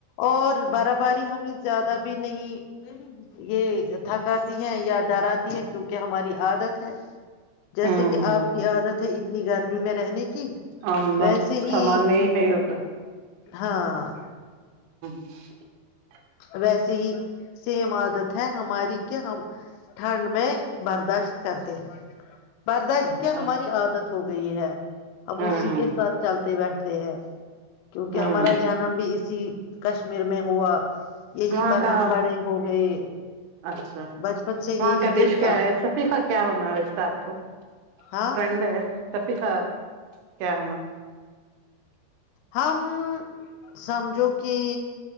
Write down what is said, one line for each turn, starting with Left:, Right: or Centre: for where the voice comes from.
Left: اور بارا باری ہمیں زیادہ بھی نہیں یہ تھکاتی ہے یا ڈراتی ہے کیونکہ ہماری عادت ہے جیسے
Right: ہوں
Left: کہ آپ کی عادت ہے اتنی گرمی میں رہنے کی
Right: آملہ
Left: ویسے ہی
Right: سامان میں نہیں ہوتا ہے
Left: ہاں
Right: <inaudible>
Left: ویسے صی سیمدت ہماری کے ہم ٹھنڈ میں برداشت کرتے ہیں برداشت
Right: اچھا
Left: کیا ہماری عادت ہو گئی ہے ہم
Right: ہوں
Left: اسی کے ساتھ چلتے بیٹھتے ہیں کیونکہ
Right: ہوں
Left: ہمارا جنم بھی اس اسی کشمیر میں ہوا یہی
Right: وہاں
Left: پر
Right: کا
Left: ہم بڑے ہو گئے
Right: اچھا
Left: بچپن سے یہی
Right: وہاں کا
Left: دیکھا
Right: ڈش کیا ہے شفیقہ کیا ہونا ہے رشہ آپ کو
Left: ہاں
Right: فڈ شفیقا کیا ہونا
Left: ہم سمجھو کہ